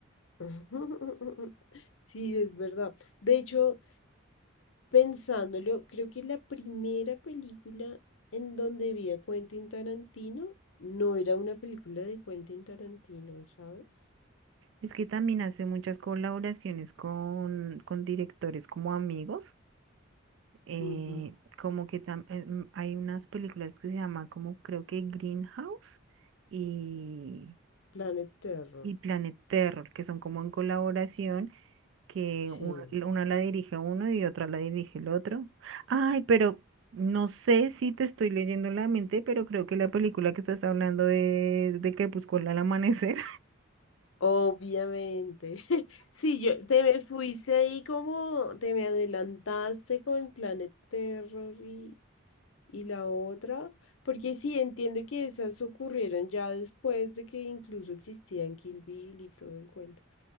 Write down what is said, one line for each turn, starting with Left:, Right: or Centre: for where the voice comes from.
Left: <laughs> Sí, es verdad. De hecho, pensándolo, creo que la primera película en donde vi a Quentin Tarantino no era una película de Quentin Tarantino, ¿sabes?
Right: Es que también hace muchas colaboraciones con, con directores como amigos. eh,
Left: Ujú,
Right: como que tam- eh, mm, hay unas películas que se llama como creo que Greenhouse y,
Left: Planet Terror.
Right: y Planet Terror, que son como en colaboración, que
Left: Sí.
Right: una, una la dirige uno y otra la dirige el otro. Ay, pero no sé si te estoy leyendo la mente, pero creo que la película que estás hablando es de Crepúsculo al amanecer.
Left: Obviamente. <laughs> Sí, yo te me fuiste ahí como te me adelantaste con Planet Terror y Y la otra, porque sí, entiendo que esas ocurrieron ya después de que incluso existían Kill Bill y todo el cuento.